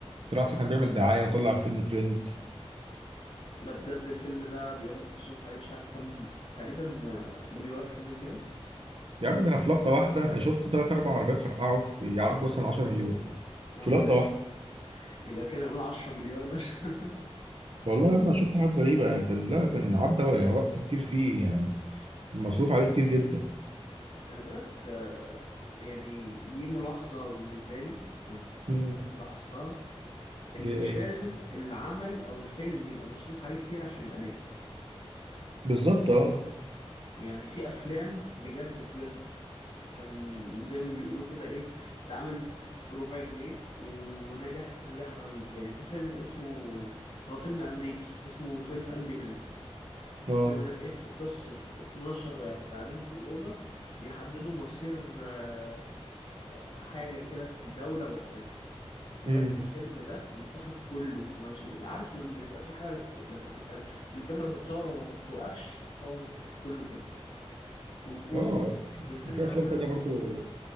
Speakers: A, on the right; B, on the left.
A: طلع اصلا كان بيعمل دعايه وطلع فيلم ترند
B: لا بجد الفيلم ده بيقول لك مصروف عليه مش عارف كام تقريبا آه، مليار حاجة زي كده
A: يا عم ده انا في لقطه واحده شفت ثلاث اربع عربيات فرقعوا في يعدوا مثلا 10 مليون
B: يا
A: في
B: نهار
A: لقطه
B: اسود
A: واحده
B: يبقى كده نقول 10 مليار مثلا
A: والله يا عم أنا شفت حاجات غريبه يعني كان لا كان عدى يعني وقت كتير فيه يعني المصروف عليه كتير جدا
B: <laughs> خلي بالك آه، يعني دي ملاحظة بالنسبة لي يعني أنا
A: امم
B: لاحظتها إن
A: ليه
B: مش
A: ايه
B: لازم العمل أو الفيلم يبقى مصروف عليه كتير عشان يبقى ناجح
A: بالظبط اه
B: يعني في أفلام بجد بجد كان زي ما بيقولوا كده إيه اتعمل بربع جنيه ونجحت نجاح رهيب يعني في فيلم اسمه هو فيلم أمريكي اسمه 12 Angry Men الفيلم
A: اه
B: ده بيحكي قصة 12 واحد قاعدين في أوضة بيحددوا مصير آه، حاجة كده في الدولة وبتاع بجد
A: امم
B: الفيلم ده متاخد كله مش عارف لما يبقى في حاجة لما تبقى ال- الكاميرا بتصور وما بتوقفش هو متاخد كله كده وفي أوضة
A: اه
B: والفيلم
A: في
B: من
A: افلام
B: أول
A: تانية
B: لآخره
A: برضو
B: في أوضة